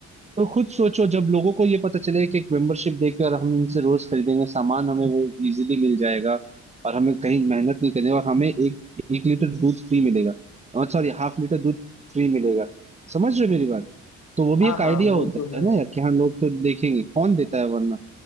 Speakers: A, on the right; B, on the left.
A: तो खुद सोचो जब लोगों को ये पता चले कि एक मेंबरशिप देकर हम इनसे रोज खरीदेंगे सामान हमें वो इजीली मिल जाएगा और हमें कहीं मेहनत नहीं करनी और हमें एक एक लीटर दूध फ्री मिलेगा सॉरी हाफ लीटर दूध फ्री मिलेगा समझ रहे हो मेरी बात तो वो भी
B: हाँ
A: एक
B: हाँ
A: आइडिया
B: वो
A: होता
B: तो है
A: है ना यार कि हाँ लोग तो देखेंगे कौन देता है वरना